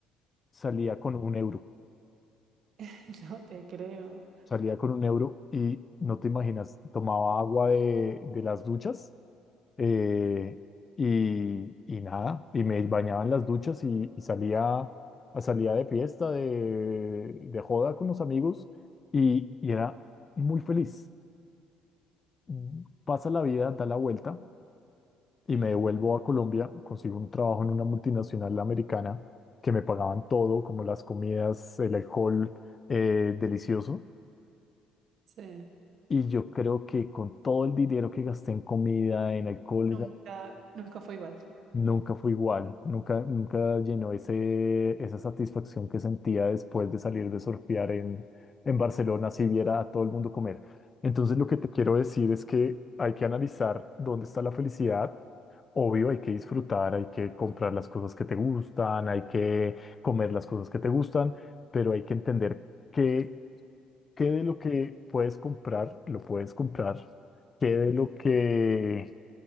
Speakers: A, on the left; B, on the right.
A: salía con un euro.
B: <laughs> No te creo.
A: Salía con un euro y no te imaginas, tomaba agua de, de las duchas eh, y, y nada, y me bañaba en las duchas y, y salía, a- salía de fiesta, de, de joda con los amigos y, y era muy feliz. Mm, Pasa la vida, da la vuelta y me devuelvo a Colombia, consigo un trabajo en una multinacional americana que me pagaban todo, como las comidas, el alcohol, eh, delicioso.
B: Sí.
A: Y yo creo que con todo el dinero que gasté en comida, en alcohol,
B: Nunca, nunca fue igual.
A: Nunca fue igual, nunca, nunca llenó ese, esa satisfacción que sentía después de salir de surfear en, en Barcelona, si viera a todo el mundo comer. Entonces lo que te quiero decir es que hay que analizar dónde está la felicidad. Obvio, hay que disfrutar, hay que comprar las cosas que te gustan, hay que comer las cosas que te gustan, pero hay que entender que ¿Qué de lo que puedes comprar, lo puedes comprar? ¿Qué de lo que